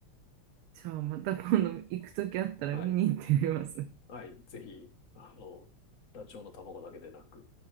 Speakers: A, on the right; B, on the left.
A: じゃあまた今度行くときあったら見に行ってみます。
B: はい。はい、ぜひ、あの、ダチョウの卵だけでなく、